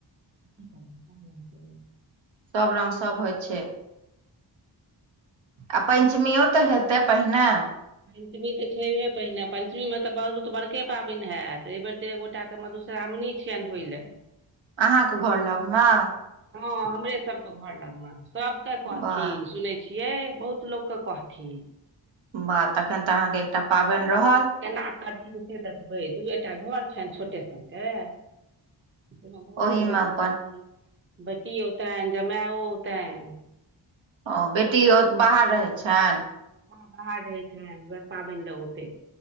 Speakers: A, on the right; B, on the right.
A: करबै
B: सब रङ्ग, सब होइ छै। आ पञ्चमियो तऽ हेतै पहिने।
A: पञ्चमी तऽ छैहे पहिने, पञ्चमीमे तऽ बहुत बड़के पाबनि हयैत एहिबर। एक गोटा के मधुश्रावणी छियनि होइ ल।
B: अहाँके घर लगमे।
A: हँ, हमरे सबके घर लगमे, सबके कहथिन
B: वाह
A: सुनै छियै, बहुत ल लोक क कहथिन।
B: वाह, तखन तऽ अहाँके एकटा पाबनि रहत।
A: आब केना करथिन से देखबै, दूएटा घर छैन, छोटे टा के। बहुते
B: ओहि
A: लोकके
B: मे अपन
A: कहथिन, बेटी ओतैन, जमाायो ओतैन।
B: ओ, बेटी बाहर रहै छैन?
A: हँ, बाहर रहै छैन, पाबनि मे ओतै।।